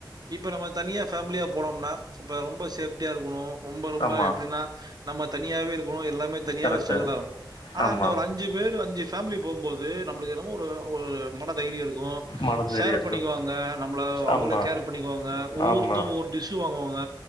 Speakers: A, on the right (about 60°); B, on the left (about 85°).
A: இப்போ நம்ம தனியா ஃபேமிலியா போனம்னா இப்போ ரொம்ப சேஃப்டியா இருக்கணு ரொம்ப ரொம்ப
B: ஆமா
A: எப்டினா நம்ம தனியாவே இருக்கணு எல்லாமே தனியாவே
B: கரெக்ட்டு
A: ஸ்ட்ரகல் ஆகணு ஆனா
B: ஆமா
A: அந்த ஒரு அஞ்சு பேரு அஞ்சு ஃபேமிலி போம்போது நம்ளுக்கு என்னமோ ஒரு மன தைரிய இருக்கு
B: மனம் வெறியா
A: ஷேர்
B: இருக்கு
A: பண்ணிகுவாங்க நம்ள அவுங்களே
B: ஆமா
A: கேர் பண்ணிகுவாங்க ஒவ்வொருத்தவுங்க
B: ஆமா
A: ஒவ்வொரு டிஷ்ஷு வாங்குவாங்க